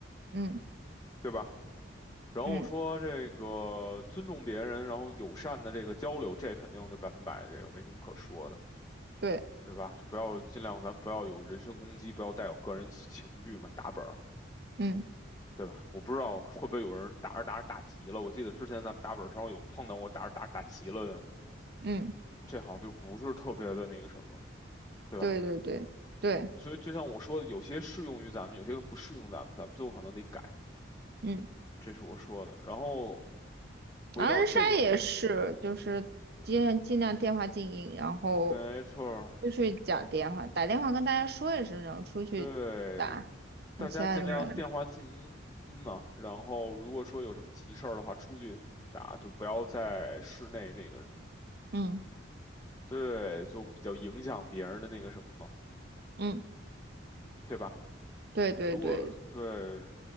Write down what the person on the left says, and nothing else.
对吧？然后说这个尊重别人，
然后友善的这个交流，这肯定就百分百，这个没什么可说的，
对吧？就不要尽量，咱不要有人身攻击，不要带有个人情绪嘛，打本儿，
对吧？我不知道会不会有人打着打着打急了，我记得之前咱们打本儿上有碰到过打着打着打急了的，
这好像就不是特别的那个什么，对吧？
所以就像我说的，有些适用于咱们，有些不适用咱们，咱们最后可能得改，
这是我说的。然后。回到这个，
没错儿
对，
大家尽量电话静音音嘛。然后如果说有什么急事儿的话，出去打就不要在室内那个什么，
对，就比较影响别人的那个什么嘛，
对吧？
如果对，